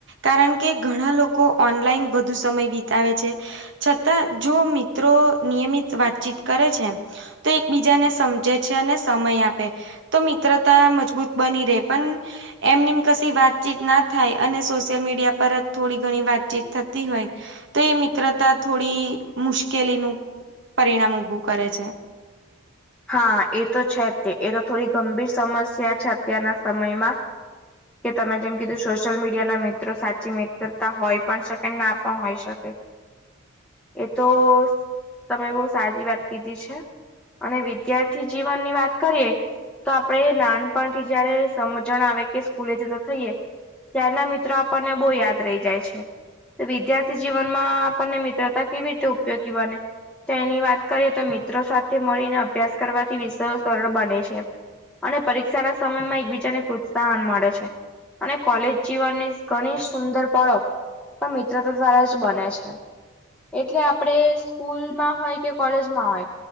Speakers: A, on the right; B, in the centre.
A: કારણ કે ઘણા લોકો ઓનલાઈન વધુ સમય વિતાવે છે છતાં જો મિ ત્રો નિયમિત વાતચીત કરે છે એમ તો એકબીજાને સમજે છે અને સમય આપે તો મિત્રતા મજબૂત બની રહે પણ એમનીમ કશ વાતચીત ના થાય અને સોશિયલ મીડિયા પર જ થોડી ઘણી વાતચીત થતી હોય તો એ મિત્રતા થોડી મુશ્કેલીનું પરિણામ ઊભું કરે છે
B: હા એ તો છે તે એ તો થોડી ગંભીર સમસ્યા છે અત્યારના સમયમાં કે તમે જેમ કીધું સોશિયલ મીડિયા ના મિત્રો સાચી મિત્રતા હોય પણ શકે ના પણ હોય શકે એ તો તમે બહુ સારી વાત કીધી છે અને વિદ્યાર્થી જીવન ની વાત કરીએ તો આપડે નાનપણથી જયારે સમજણ આવે કે સ્કૂલે જતા થઈ યએ ત્યારના મિત્રો આપણને બોહ યાદ રહી જાય છે વિદ્યાર્થી જીવનમાં આપણને મિત્રતા કેવી રીતે ઉપયોગી બને તેની વાત કરીએ તો મિત્રો સાથે મળીને અભ્યાસ કરવાથી વિષયો સરળ બને છે અને પરીક્ષા ના સમયમાં એકબીજાને પ્રોત્સાહન મળે છે અને કોલેજ જીવનની ઘણી સુંદર પળો પણ મિત્રતા દ્વારા જ બને છે એટલે આપડે સ્કૂલમાં હોય કે કોલેજમાં હોય